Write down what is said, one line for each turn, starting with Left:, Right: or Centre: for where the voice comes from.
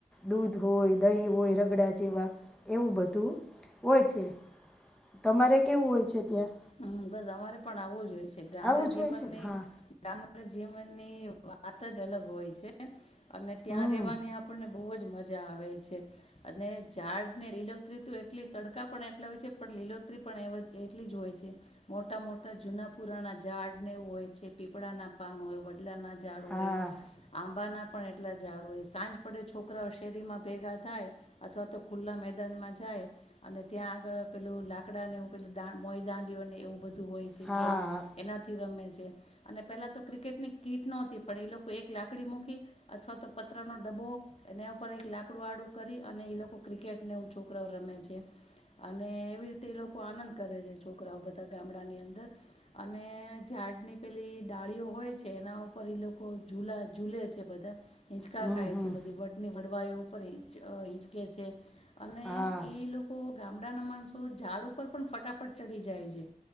Centre: દૂધ હોય દહીં હોય રગડા જેવા એવું બધું હોય છે તમારે કેવું હોય છે ત્યાં.
Left: હમ બસ અમારે પણ આવવું જો હોઈએ. ગ્રામ
Centre: આવું
Left: જેીન
Centre: જ હોય છે ને
Left: નહી
Centre: હા
Left: ગામ. આપ જીવનની વાત જ અલગ હોય છે. અને ત્યાં
Centre: હમ
Left: રેવાની આપણને બહુ જ મજા આવે છે. અને ઝાડ ને લીલોત્રી તો એટલી તડકા પણ એટલા હોય છે પણ લીલોત્રી પણ એ એટલી જ હોય છે. મોટા મોટા જુના પુરાના ઝાડ ને હોય છે પીપળા ના પાન હોય વડલા ના જાડ હોય
Centre: હા
Left: આંબા ના પણ એટલા જાડો હોય સાંજ પડે છોકરા શેરીમાં ભેગા થાય અથવા તો ખુલ્લા મેદાનમાં જાય અને ત્યાં આગળ પેલું લાકડાનેું પેલુ મોય દા... અને એવું બધું હોય છે
Centre: હા
Left: ગેમ એનાથી રમે છે. અને પહેલા તો ક્રિકેટની કીટ નહોતી પણ એ લોકો એક લાકડી મૂકી અથવા તો પતરાનો ડબ્બો એના ઉપર એક લાકડું આડું કરી અને એ લોકો ક્રિકેટને એવું છોકરાઓ રમે છે. અને એવી રીતે લોક તો આનંદ કરે છે જો છોકરાઓ બધા ગામડા ની અંદર અને ઝાડની પેલી ડાળીઓ હોય છે એના ઉપર લોકો ઝૂલા ઝૂલે છે બધા. હીંચકા
Centre: હમ
Left: કહે
Centre: હમ
Left: છે બધી વડની. વડવાયો ઉપરંચ હિંચકે છે. અને
Centre: હા
Left: એ લોકો. ગામડા ના માણસો ઝાડ ઉપર પણ ફટાફટ. ચડી જાય છે